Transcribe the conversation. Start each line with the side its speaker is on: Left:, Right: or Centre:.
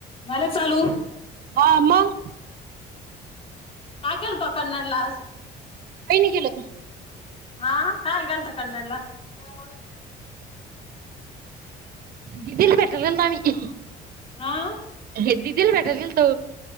Left: झाले चालू.
Right: हा मग
Left: काय केलतो कन्नडलाज
Right: काही नाही केलं
Left: हा काय घालता क्नडला त्याबण
Right: दि दिल भेटले दम्ही
Left: आं?
Right: हे दीदीला भेटायला गेलतो.